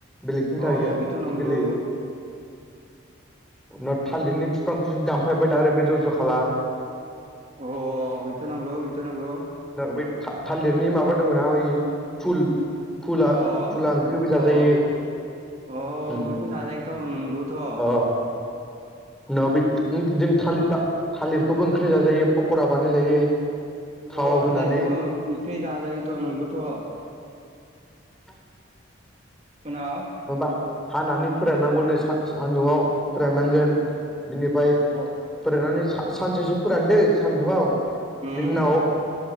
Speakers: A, in the centre; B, on the right.
A: बेलेगनि थारगेट
B: अ बिथ' नंगौ
A: बेलेग <unintelligible> उनाव थालिरनि बिफांखौसो दानफायबाय दानफायबाय दारेग बेदर‌‌ रवजवकाला।
B: अ बेथ' नंगौ बेथ' नंगौ
A: बै थालिरनि माबा दङना ओइ फुल फुला-
B: अ
A: फुला ओंख्रिबो जाजायो।
B: अ अ
A: उम
B: बेखौ जाजायोथ' नंगौथ'।
A: अ उनाव बे थालिर थालिरखौबो ओंख्रि जाजायो पकरा बानायजायो। थावाव
B: अ‌'
A: होनानै
B: थालिर आबो ओंख्रि जाजोयोथ नंगौथ।
A: आ
B: उनाव
A: माबा हानानै फोराननांगौनो सान्दुंआव फोराननांगोन बिनिफ्राय
B: अ
A: फोराननानै सानसेसो फोरानदो सानदुंआव
B: उम
A: बिनि उनाव